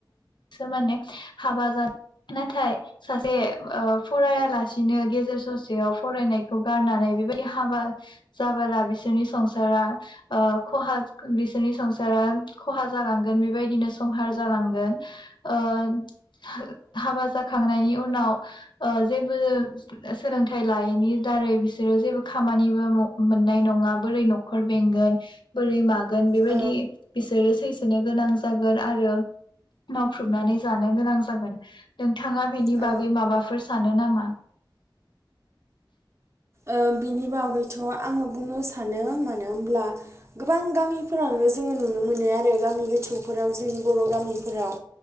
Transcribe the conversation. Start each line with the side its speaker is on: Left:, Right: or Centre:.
Left: सो माने हाबा जानाय नाथाय सासे ओ फरायालासिनो गेजेर ससेयाव फरायनायखौ गारनानै बेबायदि हाबा जाबोला बिसोरनि संसारा ओ खहा बिसोरनि संसारा खहा जालांगोन बेबायदिनो संहार जालांगोन ओ हो हाबा जाखांनायनि उनाव ओ जेबो सोलोंथाइ लायैनि दारै बिसोरो जेबो खामानिबो म मोननाय नंङा बोरै न'खर बेंगोन बोरै माग गोन बेबायदि
Right: औ
Left: बिसोरो सैसो गोनां जागोन आरो मावख्रुबनानै जानो गोनां जागोन नों थाङा बेनि
Right: औ
Left: बागै माबाफोर सानो नामा? <inaudible>
Right: ओ बिनि बागैथ आङो बुंनो सानो मानो होनोमब्ला गोबां गामिफोरावनो जोंङो नुनो मोनो आरो गामि गोथौफोराव जोंनि बर'गामिफोराव